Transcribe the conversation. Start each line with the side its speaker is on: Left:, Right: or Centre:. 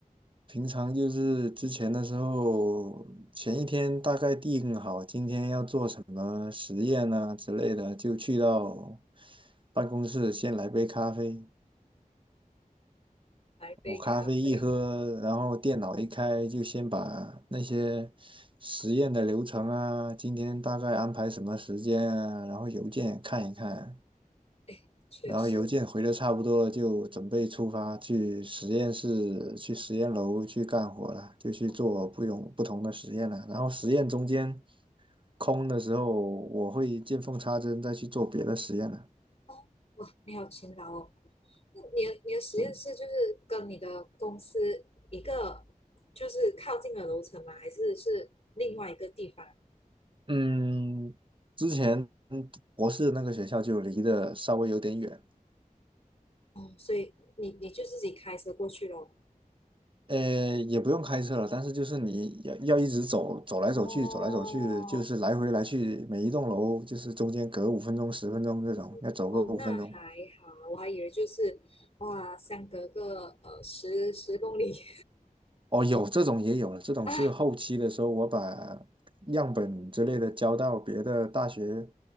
Right: 平常就是之前的时候，前一天大概定好今天要做什么实验啊之类的，就去到办公室先来杯咖啡。
Left: 来杯咖啡，
Right: 我咖啡一喝，然后电脑一开，就先把那些实验的流程啊，今天大概安排什么时间啊，然后邮件看一看，
Left: 哎，确实，
Right: 然后邮件回的差不多了，就准备出发去实验室、去实验楼去干活了，就去做不用不同的实验了。
Left: 哦
Right: 然后实验中间空的时候，我会见缝插针再去做别的实验了。
Left: 哦，哇，你好勤劳哦。那你的你的实验室就是跟你的公司一个就是靠近的楼层吗？
Right: 就
Left: 还是是另外一个地方？
Right: 嗯，之前博士那个学校就离得稍微有点远，
Left: 哦，所以你你就自己开车过去咯。
Right: 呃，也不用开车了，但是就是你要要一直走，走来走去，
Left: 哦，
Right: 走来走去，就是来回来去，每一栋楼就是中间隔五分钟、十分钟这种，
Left: 就是哦，
Right: 要走个五分钟。
Left: 那还好，我还以为就是哇，相隔个呃十十公里
Right: 哦，有这种也有了，
Left: <laughs>
Right: 这种是后期的时候，
Left: 啊，
Right: 我把样本之类的交到别的大学，